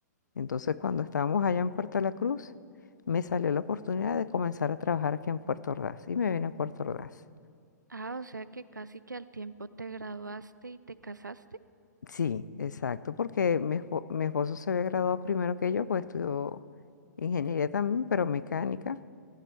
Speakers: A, on the left (about 75°); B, on the right (about 80°).
A: Entonces, cuando estábamos allá en Puerto La Cruz, me salió la oportunidad de comenzar a trabajar aquí en Puerto Ordaz y me vine a Puerto Ordaz.
B: Ah, o sea que casi que al tiempo te graduaste y te casaste.
A: Sí, exacto, porque mi, espo- mi esposo se había graduado primero que yo, pues estudió ingeniería también, pero mecánica.